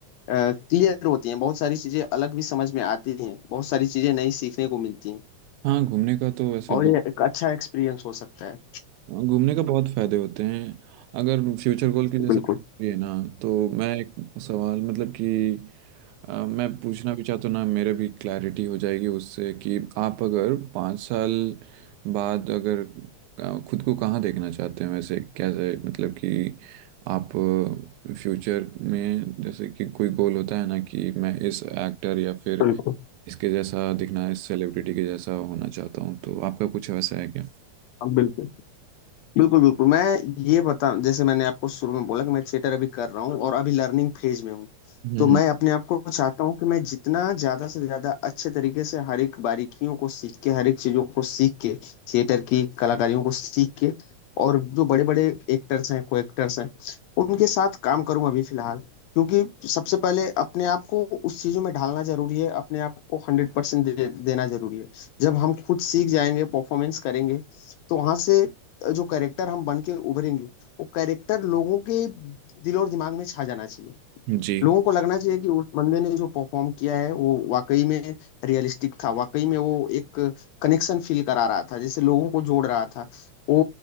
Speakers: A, on the left (about 75°); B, on the right (about 90°).
A: क्लियर होती हैं बहुत सारी चीजें अलग भी समझ में आती हैं बहुत सारी चीजें नई सीखने को मिलती हैं
B: हाँ घूमने का तो वैसे
A: और ये एक अच्छा एक्सपीरियंस हो सकता है
B: हाँ, घूमने का बहुत फायदे होते हैं अगर फ्यूचर गोल की जैसे
A: बिल्कुल
B: ये ना तो मैं एक सवाल मतलब कि अ, मैं पूछना भी चाहता हूँ ना मेरे भी क्लैरिटी हो जाएगी उससे कि आप अगर पाँच साल बाद अगर अ, खुद को कहाँ देखना चाहते हैं वैसे कैसे मतलब कि आप फ्यूचर में जैसे कि कोई गोल होता है ना कि मैं इस एक्टर या फिर
A: बिल्कुल
B: इसके जैसा दिखना इस सेलिब्रिटी के जैसा होना चाहता हूँ तो आपका कुछ वैसा है क्या
A: हाँ, बिल्कुल बिल्कुल बिल्कुल मैं ये बता जैसे मैंने आपको शुरू में बोला कि मैं थिएटर अभी कर रहा हूँ और अभी लर्निंग फेज में हूँ
B: हम्म
A: तो मैं अपने आप को चाहता हूँ कि मैं जितना ज्यादा से ज्यादा अच्छे तरीके से हर एक बारीकियों को सीख के हर एक चीजों को सीख के थिएटर की कलाकारियों को सीख के और जो बड़े बड़े एक्टर्स हैं को एक्टर्स हैं उनके साथ काम करूँ अभी फिलहाल क्योंकि सबसे पहले अपने आप को उस चीजों में ढालना जरूरी है अपने आप को हंड्रेड परसेंट दे, देना जरूरी है जब हम खुद सीख जाएंगे परफॉर्मेंस करेंगे तो वहां से जो कैरेक्टर हम बन के उभरेंगे वो कैरेक्टर लोगों के दिल और दिमाग में छा जाना चाहिए
B: जी
A: लोगों को लगना चाहिए कि उस बंदे ने जो परफॉर्म किया है वो वाकई में रियलिस्टिक था वाकई में वो एक कनेक्शन फील करा रहा था जैसे लोगों को जोड़ रहा था वो